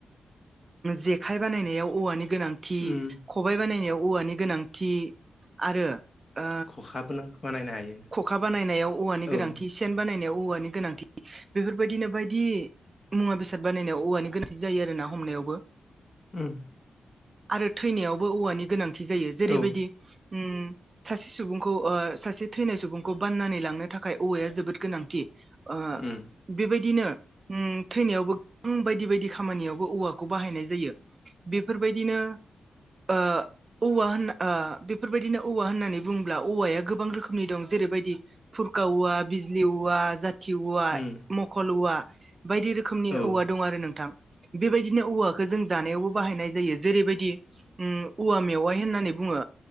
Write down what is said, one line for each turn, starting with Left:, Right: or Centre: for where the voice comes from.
Right: जेखाय बानायनायाव औवानि गोनां थि
Left: उम।
Right: खबाय बानायनायाव औवानि गोनांथि आरो ओ
Left: खखाबो नों बानायनो हायो
Right: खखा बानायनायाव औवानि गोनांथि
Left: औ
Right: एसे सेन बानायनाय औवानि गोनांथि बेफोरबायदिनो बायदि मुवा बेसाद बानायनायाव औवानि गोनांथि जायो आरो ना हमनायावबो
Left: उम
Right: आरो थैनायावबो औवानि गोनांथि जायो जेरैबायदि
Left: औ
Right: उम सासे सुबुंखौ ओ सासे थैनाय सुबुंखौ बाननानै लांनो थाखाय औवाया जोबोद गोनांथि। आ
Left: उम
Right: बेबायदिनो उम थैनायावबो गोबां बायदि बायदि खामानियावबो औवाखौ बाहायनाय जायो। बेफोरबायदिनो ओ औवा होनना ओ बेफोरबायदिनो औवा होननानै बुङोब्ला औवाया गोबां रोखोमनि दं जेरैबायदि फुरखा औवा बिजलि औवा जा थि औवा
Left: उम
Right: मखल औवा बायदि रोखोमनि
Left: औ
Right: औवा दं आरो नोंथां। बेबायदिनो औवाखो जों जानायावबो बाहायनाय जायो जेरैबायद दि उम औवा मेवाय होननानै बुङो